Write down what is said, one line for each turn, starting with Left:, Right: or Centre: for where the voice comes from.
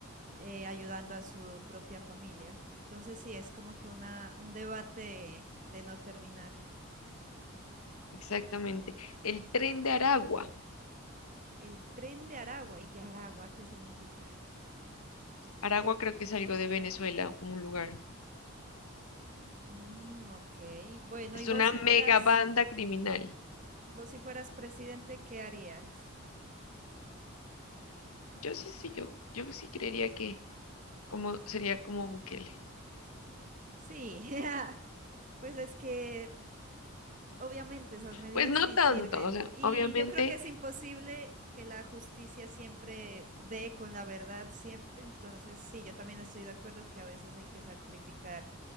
Right: eh, ayudando a su propia familia. Entonces sí, es como que una, un debate de no terminar.
Left: exactamente. El tren de Aragua.
Right: El tren de Aragua, ¿y Aragua qué significa?
Left: Aragua creo que es algo de Venezuela, como un lugar.
Right: Mm, ok, bueno,
Left: Es
Right: y vos
Left: una
Right: si fueras,
Left: mega banda criminal.
Right: vos si fueras presidente, ¿qué harías?
Left: Yo sí, sí, yo, yo sí creería que como, sería como Bukele.
Right: Sí, <laughs> pues es que obviamente esas medidas
Left: Pues no
Right: sí
Left: tanto,
Right: sirven
Left: o sea,
Right: y
Left: obviamente.
Right: yo creo que es imposible que la justicia siempre dé con la verdad siempre, entonces sí, yo también estoy de acuerdo que a veces hay que sacrificar